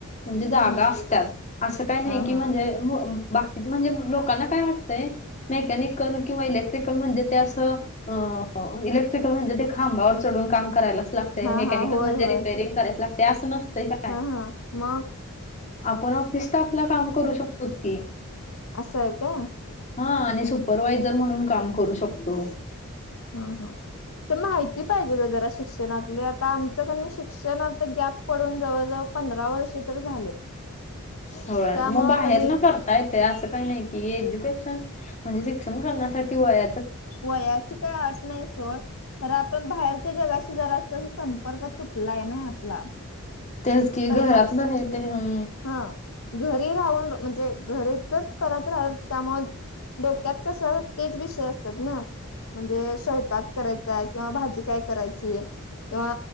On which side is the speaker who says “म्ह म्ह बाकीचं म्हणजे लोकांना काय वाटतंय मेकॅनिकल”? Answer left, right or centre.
Left